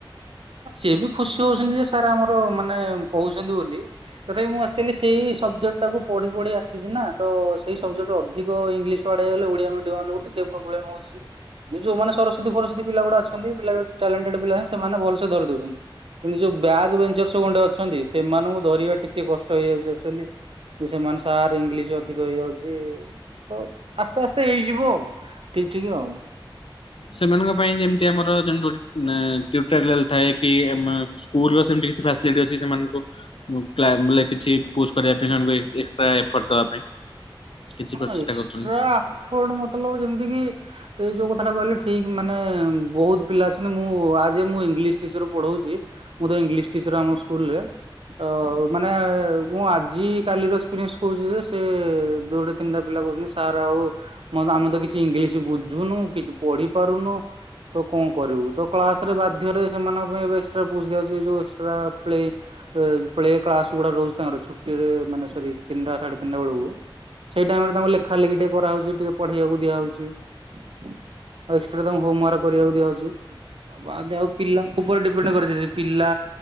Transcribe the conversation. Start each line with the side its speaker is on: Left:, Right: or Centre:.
Right: ସିଏ ବି ଖୁସି ହଉଚନ୍ତି ଯେ ସାର୍ ଆମର ମାନେ କହୁଛନ୍ତି ବୋଲି। ତଥାପି ମୁଁ ଆକ୍ଚୁଆଲି ସେଇ ସବ୍ଜେକ୍ଟଟାକୁ ପଢି-ପଢି ଆସିଚି ନା, ତ ସେଇ ସବ୍ଜେକ୍ଟର ଅଧିକ ଇଂଲିଶ୍ <unintelligible> ଓଡିଆ ମିଡିୟମ୍ <unintelligible> ଟିକେ ପ୍ରୋବ୍ଲେମ୍ ହଉଚି। <unintelligible> ଯୋଉମାନେ ସରସ୍ଵତୀ ଫରସ୍ଵତୀ ପିଲା ଗୁଡା ଅଛନ୍ତି ପିଲା ବି ଟ୍ୟାଲେଣ୍ଟେଡ୍ ପିଲା ଅଛନ୍ତି, ସେମାନେ ଭଲ୍ସେ ଧରି ଦଉଚନ୍ତି। କିନ୍ତୁ ଯୋଉ ବ୍ୟାକ୍ ବେନ୍ଚର ସବୁ ଗଣ୍ଡେ ଅଛନ୍ତି, ସେମାନଙ୍କୁ ଧରିବା ଟିକେ କଷ୍ଟ ହେଇଯାଉଚି ଅକ୍ଚୁଅଲି। ଯେ ସେମାନେ ସାର୍ ଇଂଲିଶ୍ ଅଧିକ ହେଇଯାଉଚି, ତ ଆସ୍ତେ-ଆସ୍ତେ ହେଇଯିବ ଆଉ। ଠିକ୍-ଠିକ୍ ଆଉ।
Left: ସେମାନଙ୍କ ପାଇଁ ଯେମ୍ତି ଆମର ଯେମ୍ ତି ଗୋଟେ ଟିଉଟୋରିଆଲ୍ ଥାଏ କି ଆମ ସ୍କୁଲ୍ ର ସେମ୍ତି କିଛି ଫ୍ୟାସିଲିଟି ଅଛି, ସେମାନଙ୍କୁ <unintelligible> କିଛି ପୁସ୍ କରିବା ପାଇଁ ସେମାନଙ୍କୁ ଏକ୍ସଟ୍ରା ଏଫର୍ଟ ଦବା ପାଇଁ। କିଛି
Right: ଆପଣଙ୍କ
Left: ପ୍ରଚେଷ୍ଟା
Right: ଏକ୍ସଟ୍ରା
Left: କରୁଛନ୍ତି।
Right: ଆଫର୍ଟ ମତଲବ୍ ଯେମ୍ତିକି ଏଇ ଯୋଉ କଥାଟା କହିଲେ ଠିକ୍ ମାନେ ବହୁତ୍ ପିଲା ଅଛନ୍ତି ମୁଁ ଆଜ୍ ଏ ମୁଁ ଇଂଲିଶ୍ ଟିଚର୍ ପଢଉଚି ମୁଁ ତ ଇଂଲିଶ୍ ଟିଚର୍ ଆମ ସ୍କୁଲ୍ ରେ। ଅ ମାନେ ମୁଁ ଆଜି କାଲିର ଏକ୍ସପିରିଏନ୍ସ କହୁଚି ଯେ, ସେ ଯୋଡେ ତିନିଟା ପିଲା କହୁଚନ୍ତି ସାର୍ ଆଉ ଆମେ ତ କିଛି ଇଂଲିଶି ବୁଝୁନୁ, କିଛି ପଢି ପାରୁନୁ ତ କଣ କରିବୁ ତ କ୍ଲାସ୍ ରେ ବାଧ୍ୟରେ ସେମାନଙ୍କ ପାଇଁ ଏବେ ଏକ୍ସଟ୍ରା ପୁଶ୍ ଦିଆହଉଚି, ଏ ଯୋଉ ଏକ୍ସଟ୍ରା ପ୍ଲେ ପ୍ଳେ କ୍ଲାସ୍ ଗୁଡା ରହୁଚି ତାଙ୍କର ଛୁଟିରେ ମାନେ ସରି ତିନିଟା ସାଢେ ତିନିଟା ବେଳୁକୁ। ସେଇ ଟାଇମ୍ ରେ ତାଙ୍କୁ ଲେଖା ଲେଖି ଟିକେ କରାହଉଚି, ଟିକେ ପଢେଇବାକୁ ଦିଆହଉଚି। ଆଉ ଏକ୍ସଟ୍ରା ତାଙ୍କୁ ହୋମ୍ ୱାର୍କ କରିଆକୁ ଦିଆ ହଉଚି। ବାଦେ ଆଉ ପିଲାଙ୍କ ଉପରେ ଡିପେଣ୍ଡ କରେ, ସେ <unintelligible> ପିଲା